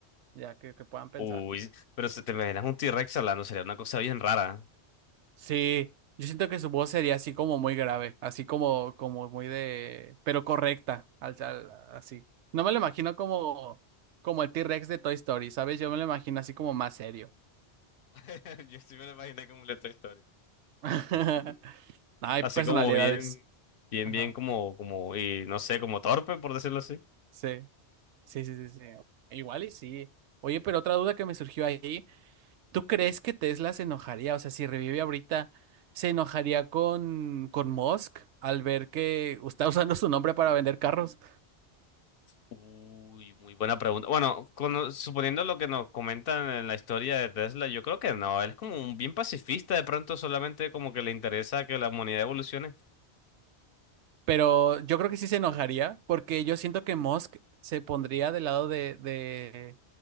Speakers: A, on the right; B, on the left.
A: ya que, que puedan pensar.
B: Uy, pero si te imaginas un T-Rex hablando, sería una cosa bien rara.
A: Sí, yo siento que su voz sería así como muy grave, así como, como muy de, pero correcta, al, al- así. No me lo imagino como, como el T-Rex de Toy Story, ¿sabes? Yo me lo imagino así como más serio.
B: <laughs> Yo sí me lo imaginé como una Toy Story.
A: <laughs> No, hay
B: Así
A: personalidades.
B: como bien, bien,
A: Ajá.
B: bien como, como, y no sé, como torpe, por decirlo así.
A: Sí, sí, sí, sí, sí. Igual y sí. Oye, pero otra duda que me surgió ahí, ¿tú crees que Tesla se enojaría? O sea, si revive ahorita, ¿se enojaría con, con Musk al ver que está <laughs> usando su nombre para vender carros?
B: Uy, muy buena pregunta. Bueno, cono- suponiendo lo que nos comentan en la historia de Tesla, yo creo que no. Él es como un bien pacifista, de pronto solamente como que le interesa que la humanidad evolucione.
A: Pero yo creo que sí se enojaría, porque yo siento que Musk se pondría del lado de, de,